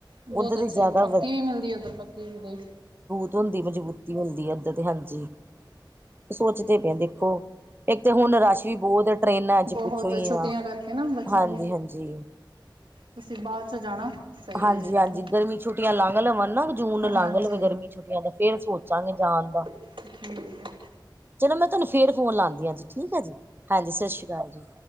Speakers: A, on the right (about 85°); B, on the right (about 25°).
A: ਬਹੁਤ
B: ਉੱਧਰ ਦੀ
A: ਅੱਛੇ
B: ਜ਼ਿਆਦਾ
A: ਪੱਕੀ ਵੀ ਮਿਲਦੀ ਹੈ ਉੱਧਰ ਪੱਕੀ ਇੱਕ ਦੇ
B: ਧਦੀ ਮਜ਼ਬੂਤੀ ਮਿਲਦੀ ਇੱਦਾਂ ਤੇ ਹਾਂਜੀ ਸੋਚਦੇ ਪਏ ਦੇਖੋ ਇੱਕ ਤਾਂ ਹੁਣ ਰਸ਼ ਵੀ ਬਹੁਤ ਹੈ ਟਰੇਨਾਂ ਅੱਜ
A: ਬਹੁਤ
B: ਪੁੱਛੋ ਹੀ
A: ਛੁੱਟੀਆਂ
B: ਆ
A: ਕਰਕੇ ਨਾ ਬੱਚਿਆਂ
B: ਹਾਂਜੀ
A: ਦੀ
B: ਹਾਂਜੀ
A: ਤੁਸੀਂ ਬਾਅਦ ਚੋਂ ਜਾਣਾ ਸਹੀ
B: ਹਾਂਜੀ
A: ਹੋ ਜਾਏਗਾ
B: ਹਾਂਜੀ
A: ਫਿਰ
B: ਗਰਮੀ ਛੁੱਟੀਆਂ ਲੰਘ ਲਵਾਂ ਨਾ ਜੂਨ ਲੰਘ
A: ਹਾਂਜੀ
B: ਲਵੇ ਗਰਮੀ ਛੁੱਟੀਆਂ ਦਾ ਫੇਰ ਸੋਚਾਂਗੇ ਜਾਣ ਦਾ।
A: ਹਠੀ <inaudible>
B: ਚਲੋ ਮੈਂ ਤੁਹਾਨੂੰ ਫੇਰ ਫੋਨ ਲਾਉਦੀਾਂ ਜੀ ਠੀਕ ਹੈ ਜੀ, ਹਾਂਜੀ ਸਤਿ ਸ਼੍ਰੀ ਅਕਾਲ ਜੀ।